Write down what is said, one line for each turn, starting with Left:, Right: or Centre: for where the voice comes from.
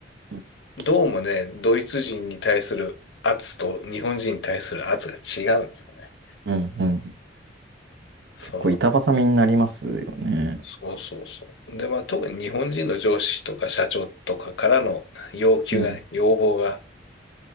Right: うん聞きます。
Left: どうもね、ドイツ人に対する圧と日本人に対する圧が違うんですよね。
Right: うん、うん。
Left: そう。
Right: 結構板挟みになりますよね。
Left: そうそうそう。で、まあ特に日本人の上司とか社長とかからの要求がね、
Right: うん、
Left: 要望が、